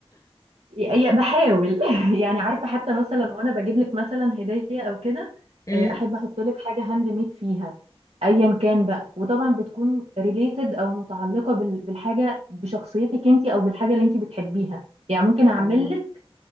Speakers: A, on the right; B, on the left.
A: يا- بحاول <laughs> يعني عارفه حتى مثلا وانا بجيب لك مثلا هديه او كده
B: <laughs> امم
A: آه، احب احط لك حاجه هاند ميد فيها ايا كان بقى وطبعا بتكون ريليتد او متعلقه بال- بالحاجه بشخصيتك انت او بالحاجه اللي انت بتحبيها يعني ممكن اعمل
B: اه
A: لك